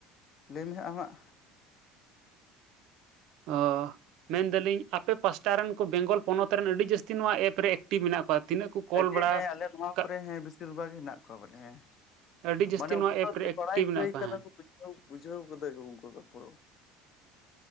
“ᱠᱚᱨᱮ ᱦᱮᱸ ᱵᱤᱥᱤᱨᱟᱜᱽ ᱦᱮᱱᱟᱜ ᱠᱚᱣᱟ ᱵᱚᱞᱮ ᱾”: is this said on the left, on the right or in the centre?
Left